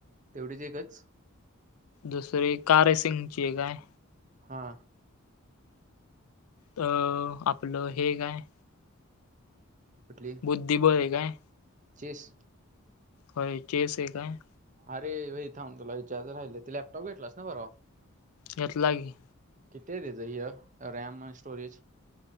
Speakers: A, on the right; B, on the left.
A: तेवढीच एकच?
B: दुसरी कार रेसिंगची एक हाय.
A: हा.
B: अ आपलं हे एक हाय
A: कुठली?
B: बुद्धिबळ एक हाय
A: चेस.
B: होय चेस एक हाय.
A: अरे व्हय थांब, तुला विचारायचं राहिलं, ते लॅपटॉप घेतलास ना परवा?
B: घेतला की.
A: किती आहे त्याज ह्य रॅम आण स्टोरेज.